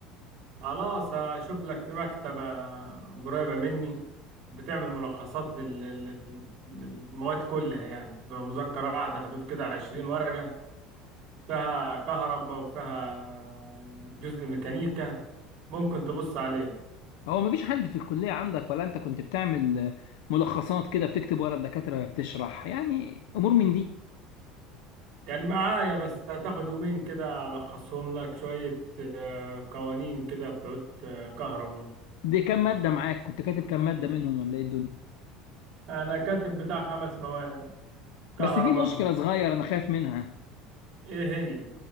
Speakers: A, on the right (about 40°); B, on the left (about 75°).
A: خلاص هشوف لك في مكتبة قريبة مني بتعمل ملخصات لل... لل- للمواد كلها يعني بتبقى مذكرة واحدة حدود كده عشرين ورقة فيها كهرباء وفيها جزء ميكانيكا ممكن تبص عليهم
B: هو مفيش حد في الكليه عندك ولا انت كنت بتعمل آه، ملخصات كده بتكتب ورا الدكاتره وهي بتشرح يعني امور من دي
A: كان معايا بس هتاخد يومين كده ألخصهم لك شوية آه، قوانين كده بتوع كهرباء
B: دي كام ماده معاك كنت كاتب كام ماده منهم ولا ايه الدنيا
A: أنا كاتب بتاع خمس مواد كهرباء
B: بس في مشكله صغيره انا خايف منها
A: إيه هي